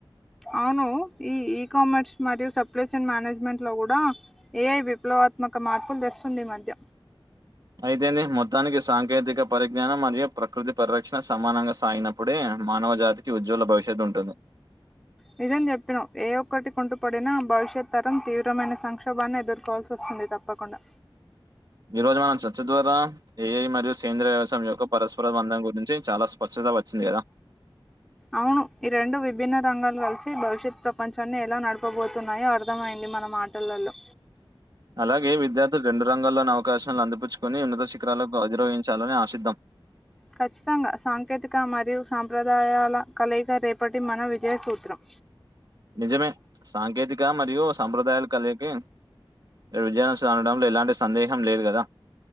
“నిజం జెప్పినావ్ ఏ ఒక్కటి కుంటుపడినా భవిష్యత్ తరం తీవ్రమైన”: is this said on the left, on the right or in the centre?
Centre